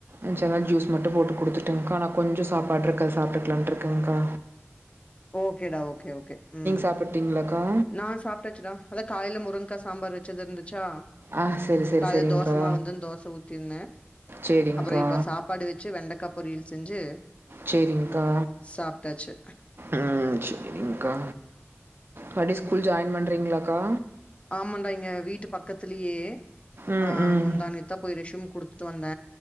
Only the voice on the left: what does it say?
ஓகேடா ஓகே ஓகே ஓகே உம்
நா சாப்பிட்டாச்சுடா அதா காலைல முருங்கா சாம்பார் வெச்சதிருந்து ச்சா
காலைல
தோசமாவு இந்துதுனு தோச ஊத்திந்த
அப்றோ இப்ப சாப்பாடு வெச்சு வெண்டக்கா பொரியல் செஞ்சு
சாப்ட்டாச்சு
ஆமான்டா இங்க வீட்டு பக்கத்திலியே
ஆஹ்
முந்தாநேத்தா போய் ரெஷ்யூம் குடுத் த்து வந்த